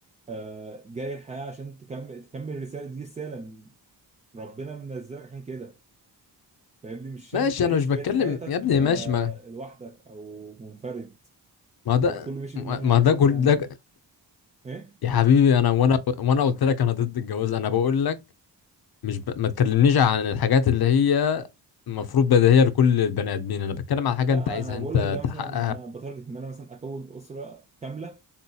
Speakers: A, on the right (about 20°); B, on the left (about 60°).
A: آه، جاي الحياه عشان تكمل تكمل الرساله دي رساله من- ربنا منزلك عشان كده فاهمني مش
B: ماشي
A: عشان تعيش
B: انا مش بتكلم
A: بقيه حياتك
B: يا ابني
A: آه،
B: ماشي ما
A: لوحدك او منفرد
B: ما
A: لو
B: ده
A: كله مشي بالمنهج
B: ما ده
A: ده
B: كل
A: ما
B: ده ك-
A: ايه
B: يا حبيبي انا وانا وانا قلت لك انا ضد الجواز انا بقول لك مش ب... ما تكلمنيش عن الحاجات اللي هي المفروض بديهية لكل البني ادمين انا بتكلم عن حاجة
A: لا
B: انت عايزها
A: انا بقول
B: انت
A: لك ده مثلا
B: تحققها
A: انا بتارجت ان انا مثلا اكون اسره كامله